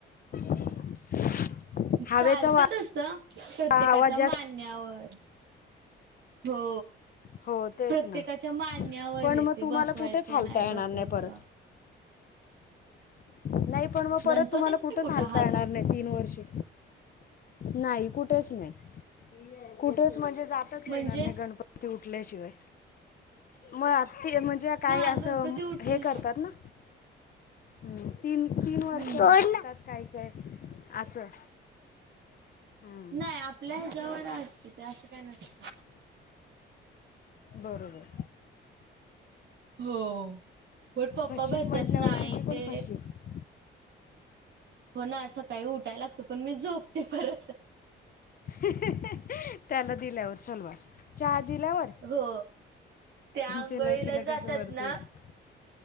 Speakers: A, on the left; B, on the right.
A: <unintelligible> हवेचा
B: चालत
A: वा
B: तसं प्रत्येकाच्या
A: आवाज जास्त
B: मानण्यावरं. हो.
A: हो तेच
B: प्रत्येकाच्या
A: ना
B: मान्यावर
A: पण
B: य
A: मग
B: ते
A: तुम्हाला
B: बसवायचं
A: कुठेच हालता
B: नाही
A: येणार
B: बसवायचं.
A: परत नाही पण मग परत
B: गणपतीत
A: तुम्हाला कुठंच
B: नाही कुठं
A: हालता येणार नाही तीन वर्षे. नाही कुठेच नाही, कुठेच म्हणजे जाताच
B: म्हणजे
A: येणार नाही, गणपती उठल्या शिवाय मग आ ते म्हणजे काही
B: हा
A: असं
B: गणपती उठले
A: हे करतात ना? हम्म, तीन तीन
B: हम्म
A: वर्ष करतात, सोड ना काही काही असं. हम्म,
B: नाही आपल्या ह्याज्यावर असतं ते असं काय नसतं.
A: बरोबरं.
B: हो, पण पप्पा
A: फशीप
B: म्हणत्यात
A: म्हटल्यावर
B: नाही
A: तुझी पण
B: ते
A: फशीप
B: हो ना, सकाळी उठायला लागतं पण मी झोपते परत.
A: त्याला दिल्यावर चलवा चहा दिल्यावर
B: हो त्या आंघोळीला
A: त्याला तिला
B: जातात
A: कसं वरती
B: ना.
A: होत